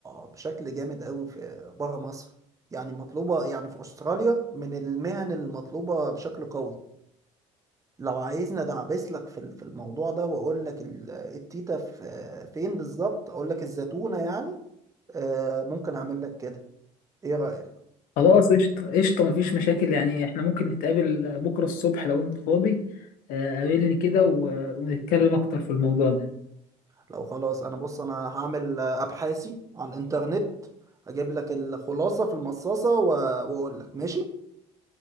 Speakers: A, on the right (about 20°); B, on the left (about 75°).
A: بشكل جامد قوي في بره مصر يعني مطلوبة يعني في استراليا من المهن المطلوبة بشكل قوي لو عايزني ادعبس لك في في الموضوع ده واقول لك ال- التيتا في فين بالظبط اقول لك الزتونة يعني آه، ممكن اعمل لك كده ايه رأيك
B: خلاص قشطه قشطه مفيش مشاكل يعني احنا ممكن نتقابل بكره الصبح لو انت فاضي آه، قابلني كده و- ونتكلم اكتر في الموضوع ده
A: لو خلاص انا بص انا هعمل ابحاثي على الانترنت اجيب لك الخلاصة في المصاصة و- واقول لك ماشي